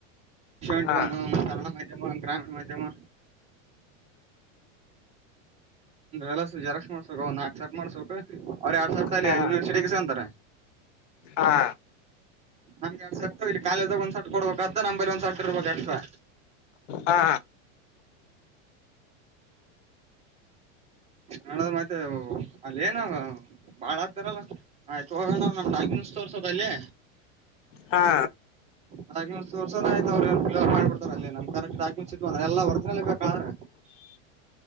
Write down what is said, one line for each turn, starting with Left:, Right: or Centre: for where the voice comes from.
Right: Seventy
Left: ಹಾ
Right: ಒನ್ನು ಮತ್ ಕನ್ನಡ ಮಾಧ್ಯಮ ಗ್ರಾಮೀಣ ಮಾಧ್ಯಮ. ಎಲಸು ಜೆರಾಕ್ಸ್ ಮಾಡ್ಸಬೇಕ್ ಅವ್ ನಾಕ್ ಸಟ್ ಮಾಡ್ಸಬೇಕು ಅವ್ರ ಎರಡ್ ಸಟ್ ಅಲ್ಲಿ
Left: ಹಾ
Right: ಯೂನಿವರ್ಸಿಟಿಗೆ ಇಸ್ಗೋಂತರ.
Left: ಹಾ
Right: ನಮಗ ಎರಡು ಸಟ್ಟು ಇಲ್ಲಿ ಕಾಲೇಜ್ದಾಗ ಒಂದು ಸೆಟ್ಟು ಕೊಡಬೇಕಾಗ್ತದ ನಂಬಲಿ ಒಂದು ಸೆಟ್ಟು ಇರಬೇಕು ಎಕ್ಸ್ಟ್ರಾ.
Left: ಹಾ ಹಾ
Right: ನಡದ ಮತ್ತೆ ಅಲ್ ಏನ. ಬಾಳ ಆಗ್ತಾರಲ್ಲ ಆಯ್ತು ಹೋಗೋಣ್ ನಮ್ಮ ಡಾಕ್ಯುಮೆಂಟ್ಸ್ ತೋರ್ಸದ ಅಲ್ಲಿ.
Left: ಹಾ
Right: ಡಾಕ್ಯುಮೆಂಟ್ ತೋರ್ಸನ ಆಯ್ತು ಅವರು ಕ್ಲಿಯರ್ ಮಾಡಿ ಬಿಡ್ತಾರೆ ಅಲ್ಲೇ ನಮ್ಮ ಕರೆಕ್ಟ್ ಡಾಕ್ಯುಮೆಂಟ್ಸ್ ಇದ್ರೆ ಎಲ್ಲಾ ಒರಿಜಿನಲ್ ಬೇಕ ಆದ್ರೆ.